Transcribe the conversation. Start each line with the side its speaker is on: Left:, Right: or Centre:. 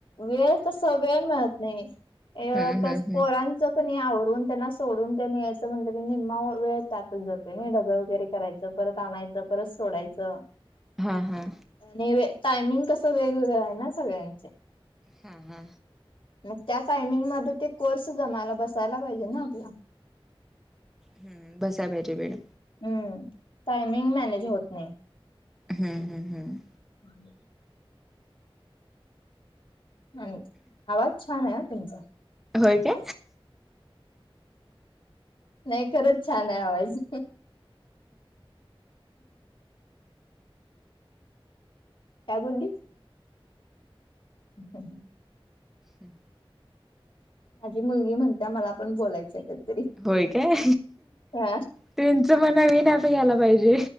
Left: वेळ तस वेळ मिळत नाही ये
Centre: हम्म
Left: कस
Centre: हम्म हम्म
Left: पोरां पोरांचं कणी आवरून त्यांना सोडून तेन यायचं म्हटलं की निम्मा वेळ त्यातच जातोय डब्बे वगैरे करायच परत आणायचं परत सोडायचं
Centre: हा हा.
Left: आणि टायमिंग कसं वेगवेगळं आहे ना सगळ्यांच्या
Centre: हा हा.
Left: मग त्या टायमिंग मध्ये ते कोर्स जमायला, बसायला पाहिजे ना आपला
Centre: हम्म बसाय पाहिजे वेळ
Left: हम्म.. टायमिंग मॅनेज होत नाही.
Centre: हम् हम् हम्.
Left: हे. हंम्! आवाज छान आहे हा तुमचा.
Centre: काय ते?
Left: नाही खरच छाना आहे आवाज! काय बोली? ह ह.
Centre: हम्.
Left: माझी मुलगी म्हणत्या मला पण बोलायचं आहे कधीतरी.
Centre: होय काय?
Left: हा
Centre: त्यांचं म नवीन अँप घ्यायला पाहिजे